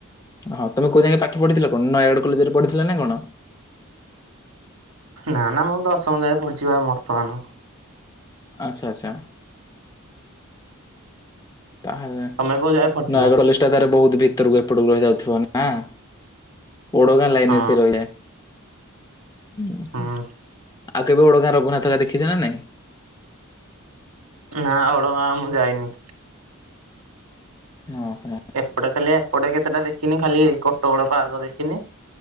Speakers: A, on the left (about 15°); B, on the right (about 85°).
A: ହଁ ତମେ କୋଉ ଯାକେ ପାଠ ପଢିଥିଲ କଣ ନୟାଗଡ କଲେଜରେ ପଢିଥିଲା ନା କଣ?
B: ନା ନା ମୁଁ ଦଶମ ଯାଏ ପଢିଚି ବା ବର୍ତ୍ତମାନ।
A: ଆଚ୍ଛା ଆଚ୍ଛା। ତାହେଲେ
B: ତମେ କୋଉ ଯାଏ ପଢିଥିଲ?
A: ନୟାଗଡ଼ ଲିଷ୍ଟ୍ ଟା ତାରେ ବହୁତ ଭିତରକୁ ଏପଟକୁ ରହିଯାଉଥିବ ନା । ଓଡ଼ଗାଁ ଲାଇନ
B: ହଁ
A: ରେ ସେ ରହିଯାଏ। ଓହୋ
B: ହୁଁ
A: । ଆଉ କେବେ ଓଡଗାଁ ରଘୁନାଥଙ୍କ ଦେଖିଛ ନା ନାଇଁ।
B: ନା ଓଡ଼ଗାଁ ମୁଁ ଯାଇନି।
A: ଓହୋ
B: ଏପଟେ ଖାଲି ଏପଟେ କେତେଟା ଦେଖିନି ଖାଲି କୋଟଗଡ଼ ପାର୍କ ଦେଖିନି